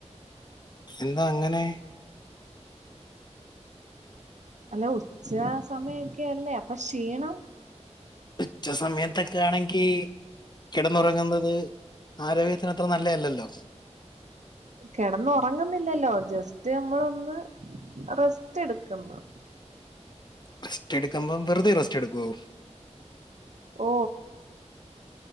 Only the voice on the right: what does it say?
അല്ലെ ഉച്ച സമയൊക്കെല്ലേ അപ്പൊ ക്ഷീണം
കിടന്ന ഉറങ്ങുന്നില്ലല്ലോ ജസ്റ്റ് നമ്മളൊന്ന് റെസ്റ്റ് എടുക്കുന്നു
ഓ